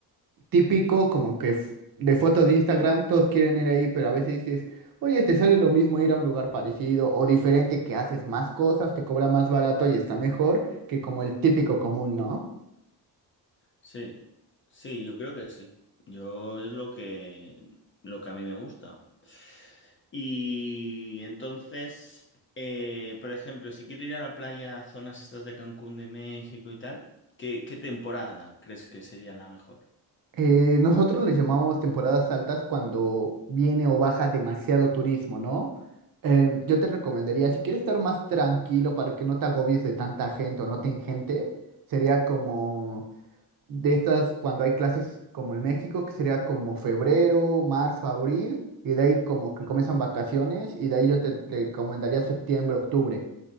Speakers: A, on the right; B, on the left.
A: típico, como que f- de fotos de Instagram, todos quieren ir ahí, pero a veces dices, oye, te sale lo mismo ir a un lugar parecido o diferente que haces más cosas, te cobra más barato y está mejor que como el típico común, ¿no?
B: Sí, sí, yo creo que sí. Yo es lo que lo que a mí me gusta. Y entonces, eh, por ejemplo, si quiero ir a la playa, a zonas estas de Cancún, de México y tal, ¿qué, qué temporada crees que sería la mejor?
A: Eh, nosotros les llamamos temporadas altas cuando viene o baja demasiado turismo, ¿no? Eh, yo te recomendaría, si quieres estar más tranquilo para que no te agobies de tanta gente o no te engentes, sería como de estas cuando hay clases como en México, que sería como febrero, marzo, abril, y de ahí como que comienzan vacaciones, y de ahí yo te recomendaría septiembre, octubre,